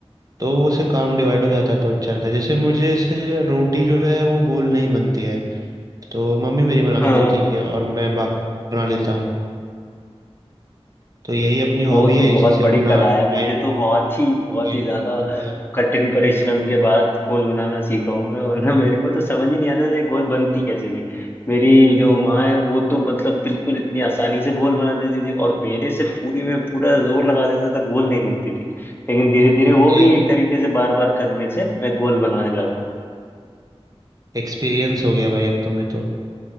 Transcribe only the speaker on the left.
हाँ
वो
तो
बहुत
बड़ी
कला
है मुझे तो बहुत ही बहुत
ही ज्यादा
कठिन परिश्रम के बाद गोल बनाना सीखा हूं मैं वरना मेरे को तो समझ ही नहीं आता था ये गोल बनती कैसे थी मेरी जो माँ है वो तो मतलब बिल्कुल इतनी आसानी से गोल बना देती थी और मेरे से पूरी में पूरा जोर लगा देता था गोल नहीं बनती थी लेकिन धीरे धीरे वो
भी एक तरीके से बार बार करने से मैं गोल बनाने लगा हूँ